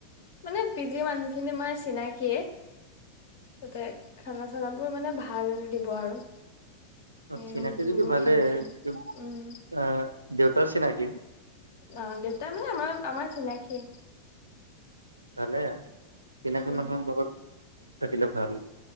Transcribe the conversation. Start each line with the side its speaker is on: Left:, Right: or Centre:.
Left: মানে পি জি ৰ মানুহখিনি মাৰ চিনাক', কিয়ে', তাতে খানা চানাবোৰ মানে ভাল দিব আৰু',
Right: অ', চিনাকি
Left: ৰুম চুম
Right: যদি
Left: বোৰো
Right: ভালে,
Left: ধুনীয়া
Right: অহ',
Left: উম
Right: দেউতাৰ চিনাকি',
Left: অ, ' দেউতা মানে আমাৰ আমাৰ চিনাকি',
Right: ভালে, চিনাকি
Left: উম,
Right: মানুহৰ লগত, থাকিলে ভাল',